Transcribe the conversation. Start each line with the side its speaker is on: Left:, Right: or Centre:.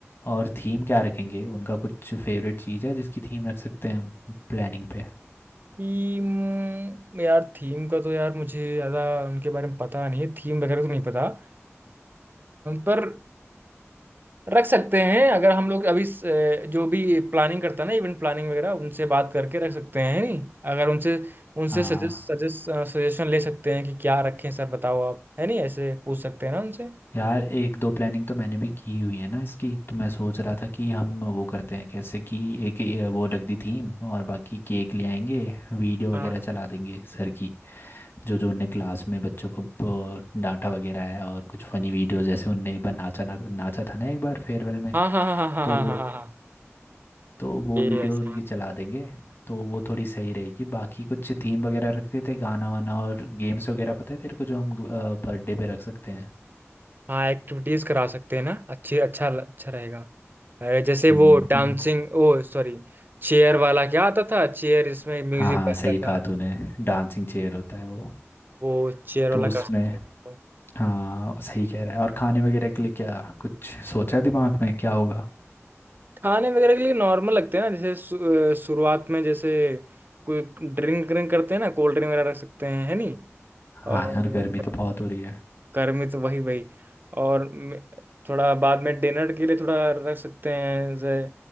Left: और थीम क्या रखेंगे उनका कुछ फेवरेट चीज़ है जिसकी थीम रख सकते हैं हम प्लानिंग पे
Right: थीम यार थीम का तो यार मुझे ज़्यादा उनके बारे में पता नहीं है थीम वगैरह तो नहीं पता अ, पर रख सकते हैं अगर हम लोग अभी स- अ, जो भी प्लानिंग करता है ना इवेंट प्लानिंग वगैरह उनसे बात करके रख सकते हैं नहीं अगर उनसे उनसे
Left: हाँ
Right: सजेस्ट सजेस्ट सजेशन ले सकते हैं कि क्या रखें सर बताओ आप है नहीं ऐसे पूछ सकते हैं ना उनसे
Left: यार एक दो प्लानिंग तो मैंने भी की हुई है ना इसकी तो मैं सोच रहा था कि हम वो करते हैं कैसे कि एक ये वो लग दी थीम और बाकी केक ले आएंगे वीडियो
Right: हाँ
Left: वगैरह चला देंगे सर की जो जो उनने क्लास में बच्चों को प- डांटा वगैरह है और कुछ फनी वीडियो जैसे उनने एक बार नाचा ना, नाचा था ना एक बार फेयरवेल में
Right: हाँ हाँ हाँ हाँ हाँ
Left: तो
Right: हाँ
Left: वो
Right: हाँ हाँ हाँ।
Left: तो वो
Right: ये
Left: वीडियो
Right: ऐसे
Left: उनकी
Right: ही
Left: चला देंगे तो वो थोड़ी सही रहेगी बाकी कुछ थीम वगैरह रखते थे गाना वाना और गेम्स वगैरह पता है तेरे को जो हम बर्थडे पे रख सकते हैं
Right: हाँ एक्टिविटीज करा सकते हैं ना अच्छी अच्छा अच्छा रहेगा अरे, जैसे
Left: हम्म
Right: वो डांसिंग
Left: तुम
Right: ओ सॉरी चेयर वाला क्या आता था चेयर इसमें म्यूजिक
Left: हाँ हाँ
Right: बजता
Left: सही
Right: था
Left: कहा तूने डांसिंग चेयर होता है वो
Right: वो चेयर
Left: तो
Right: वाला
Left: उसमें
Right: कर सकते हैं तो
Left: हाँ सही कह रहा है और खाने वगैरह के लिए क्या कुछ सोचा है दिमाग में क्या होगा
Right: खाने वगैरह के लिए नॉर्मल लगते हैं ना जैसे शु- अ, शुरुआत में जैसे कोई ड्रिंक ड्रिंक करते हैं ना कोल्ड ड्रिंक वगैरह रख सकते हैं है नहीं
Left: हाँ
Right: और
Left: यार गर्मी तो बहुत हो रही है
Right: घर में तो वही वही और मे- थोड़ा बाद में डिनर के लिए थोड़ा रख सकते हैं जैसे